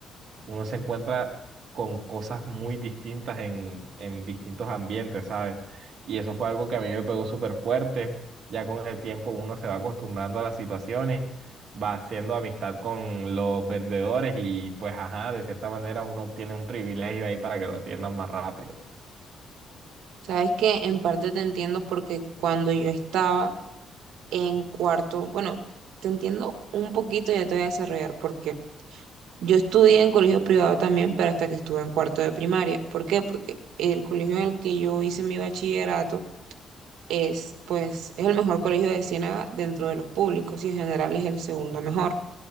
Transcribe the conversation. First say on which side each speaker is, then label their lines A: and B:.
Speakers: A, on the right; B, on the right.
A: uno se encuentra con cosas muy distintas en, en distintos ambientes, ¿sabes? Y eso fue algo que a mí me pegó súper fuerte. Ya con el tiempo uno se va acostumbrando a las situaciones, va haciendo amistad con los vendedores y pues ajá, de cierta manera uno tiene un privilegio ahí para que lo atiendan más rápido.
B: Sabes que en parte te entiendo porque cuando yo estaba en cuarto, bueno, te entiendo un poquito, ya te voy a desarrollar porque Yo estudié en colegio privado también, pero hasta que estuve en cuarto de primaria. ¿Por qué? Porque el colegio en el que yo hice mi bachillerato es, pues, es el mejor colegio de Ciénaga dentro de los públicos y en general es el segundo mejor.